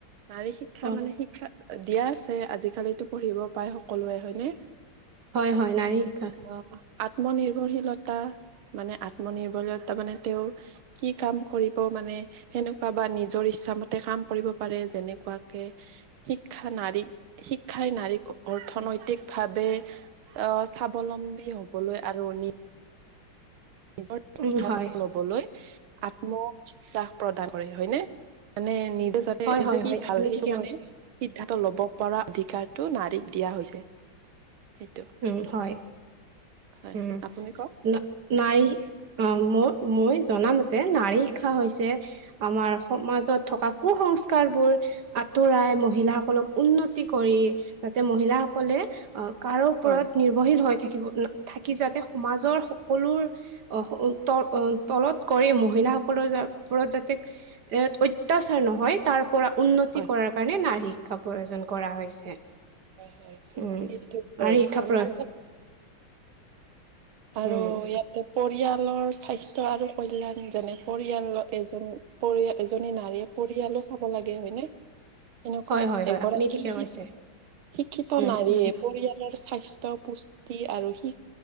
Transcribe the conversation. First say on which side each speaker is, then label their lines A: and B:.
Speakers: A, on the right; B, on the right.
A: নাৰী শিক্ষা
B: অ
A: মানে শিক্ষাত দিয়া আছে। আজিকালিতো পঢ়িব পাই সকলোৱে হয়নে?
B: হয়, হয়, নাৰী শিক্ষা
A: অ আত্ম নিৰ্ভৰশীলতা মানে আত্মনিৰ্ভৰশীলতা মানে তেওঁৰ কি কাম কৰিব মানে সেনেকুৱা বা নিজৰ ইচ্ছামতে কাম কৰিব পাৰে যেনেকুৱাকে শিক্ষা নাৰীক, শিক্ষাই নাৰীক অৰ্থনৈতিকভাৱে আহ স্বাৱলম্বী হবলৈ আৰু নি নিজৰ
B: উম হয়
A: লবলৈ আত্মবিশ্বাস প্ৰদান কৰে হয়নে? মানে নি যাতে
B: হয়
A: নিজে
B: হয়
A: কি
B: হয়
A: ভাল
B: আপুনি
A: সেইটো
B: ঠিকে
A: মানে
B: কৈছে
A: সিদ্ধান্ত লব পৰা অধিকাৰ টো নাৰীক দিয়া হৈছে। সেইটো
B: উম হয়
A: হয়
B: উম
A: আপুনি কওক
B: না নাৰী শি অ মই, মই জনামতে নাৰী শিক্ষা হৈছে আমাৰ সমাজত থকা ক কুসংস্কাৰবোৰ আঁতৰাই মহিলাসকলক উন্নতি কৰি, যাতে মহিলাসকলে অ কাৰো ওপৰত
A: হয়
B: নিৰ্ভৰশীল হৈ থাক থাকি যাতে সমাজৰ সকলোৰ আ ত তলত কৰে সকলৰ ওপৰত যাতে এ অত্যাচাৰ নহয় তাৰ পৰা উন্নতি
A: হয়।
B: কৰাৰ কাৰণে নাৰী শিক্ষাৰ প্ৰয়োজন কৰা হৈছে।
A: হয়, হয়,
B: উম
A: সেইটো হয়,
B: নাৰী শিক্ষা
A: আমাৰ
B: প্ৰ
A: আৰু
B: উম
A: ইয়াতে পৰিয়াল পৰিয়ালৰ স্বাস্থ্য আৰু কল্যাণ যেনে পৰিয়ালৰ এজন পৰি, এজনী নাৰীয়ে পৰিয়ালৰ হ'ব লাগে হয়নে? এনেকুৱা
B: হয় হয় হয়
A: এগৰাকী
B: আপুনি ঠিকে
A: শি
B: কৈছে
A: শিক্ষিত
B: উম,
A: নাৰীয়ে
B: উম,
A: পৰিয়ালৰ স্বাস ত পুষ্টি আৰু শি